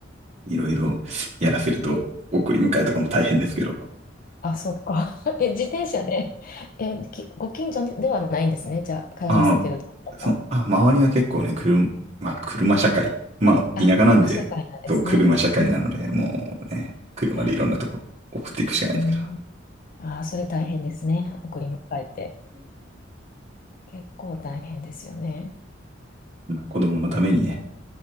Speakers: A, on the right (about 35°); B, on the left (about 45°).
A: いろいろやらせると、送り迎えとかも大変ですけど。
B: あ、そっか。<laughs> え、自転車で、え、きご近所ではないんですね。じゃあ、通わせてるところは。
A: あの、そう、あ、周りが結構ね、車、まあ、車社会。まあ、田舎なんで、
B: あ、車社会なんですね。
A: そう、車社会なので、
B: うん。い
A: もうね、車でいろんなとこ送っていくしかないですけど。
B: やー、うん。あー、それ大変ですね。送り迎えて。結構大変ですよね。
A: まあ子供のためにね、